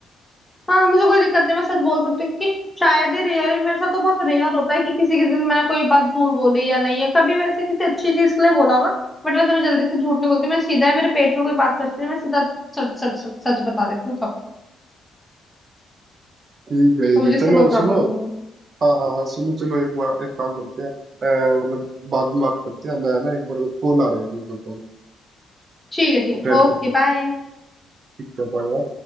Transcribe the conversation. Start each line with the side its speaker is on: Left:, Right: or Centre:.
Centre: हाँ मुझे कोई दिक्कत नहीं मैं सच बोल सकती हूँ क्योंकि शायद ही रेयर ही मेरे साथ तो बहुत रेयर होता है कि किसी के दिन मैंने कोई बात झूठ बोली या नहीं है कभी वैसे किसी अच्छी चीज के लिए बोला होगा बट वैसे मैं जल्दी से झूठ नहीं बोलती मैं सीधा है मेरे पेट में कोई बात पचती है मैं सीधा सच सच सच सच बता देती हूँ सबको
Right: ठीक है ये
Centre: तो मुझे
Right: भी
Centre: इससे
Right: चलो
Centre: कोई प्रॉब्लम
Right: सुनो
Centre: नहीं है
Right: हाँ हाँ हाँ सुनो चलो एक बार एक काम करते हैं अ, मतलब बाद में बात करते हैं मैं ना एक बार कॉल आ रहा है एक मिनट रुको,
Centre: ठीक है ठीक
Right: अटेंड
Centre: है ओके
Right: कर लो
Centre: बाय
Right: ठीक है बाय